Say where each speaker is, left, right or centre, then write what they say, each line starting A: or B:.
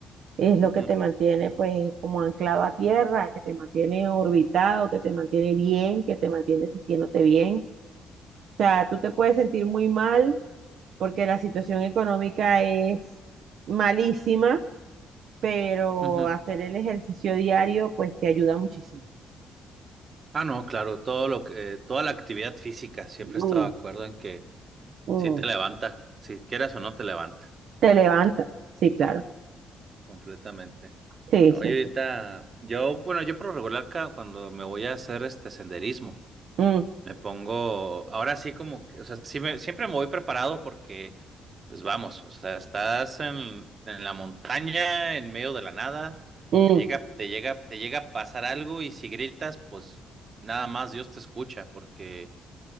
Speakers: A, on the right (about 70°); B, on the right (about 40°).
A: es lo
B: Ujú,
A: que te mantiene pues como anclado a tierra, que te mantiene orbitado, que te mantiene bien, que te mantiene sintiéndote bien. O sea, tú te puedes sentir muy mal porque la situación económica es malísima, pero
B: ujú.
A: hacer el ejercicio diario pues te ayuda muchísimo.
B: Ah, no, claro, todo lo que, eh, toda la actividad física, siempre
A: Mm,
B: he estado de acuerdo en que
A: mm.
B: sí te levanta, si quieras o no te levanta,
A: Te levanta, sí, claro.
B: completamente.
A: Sí,
B: No,
A: sí,
B: yo ahorita,
A: sí.
B: yo, bueno, yo por lo regular ca- cuando me voy a hacer este senderismo.
A: Mm,
B: Me pongo, ahora sí como, que- o sea, sí me- siempre me voy preparado porque, pues vamos, o sea, estás en, en la montaña, en medio de la nada,
A: mm.
B: te llega, te llega, te llega a pasar algo y si gritas, pues nada más Dios te escucha porque,